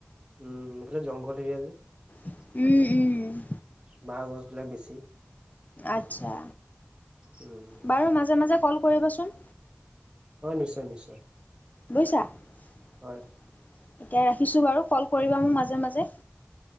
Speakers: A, on the right (about 25°); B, on the left (about 45°).
A: উম মুঠতে জংঘল এৰিয়া যে।
B: উম উম
A: বাহ, গছ বিলাক বেছি।
B: আচ্ছা
A: উম,
B: বাৰু মাজে মাজে ক'ল কৰিবচোন।
A: হয় নিশ্চয় নিশ্চয়
B: বুইছা এতিয়া
A: হয়,
B: ৰাখিছো বাৰু কল কৰি বা মোক মাজে মাজে।